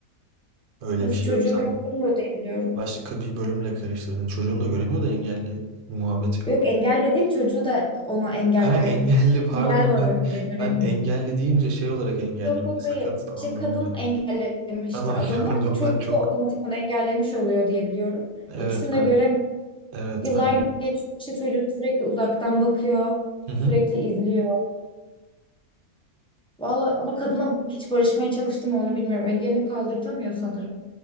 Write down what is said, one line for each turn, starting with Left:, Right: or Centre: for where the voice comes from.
Right: Öyle
Centre: Nasıl
Right: bir şey
Centre: çocuğu
Right: yok. Sen
Centre: göremiyor diye biliyorum.
Right: başka bir bölümle karıştırdın. Çocuğun da göremiyor da engelli muhabbeti
Centre: Yok
Right: yok.
Centre: engel dediğim çocuğu da ona engel
Right: Ha
Centre: yani
Right: engelli pardon
Centre: engel var
Right: ben
Centre: önünde göremiyor.
Right: ben engelli deyince şey olarak engelli
Centre: Yok yok
Right: böyle sakat
Centre: hayır.
Right: anlamında.
Centre: İşte kadın engellemişti
Right: Tamam
Centre: adamı.
Right: <laughs> pardon
Centre: Çocuğu
Right: ben çok
Centre: da otomatikman engellemiş oluyor diye biliyorum.
Right: evet
Centre: İkisini
Right: ben
Centre: de göremiyor.
Right: evet
Centre: Yıllar
Right: ben çok
Centre: geçiyor işte çocuğunu sürekli uzaktan bakıyor.
Right: hı hı.
Centre: Sürekli izliyor. Vallahi ama kadına hiç barışmaya çalıştım mı onu bilmiyorum. Engelini kaldırtamıyor sanırım.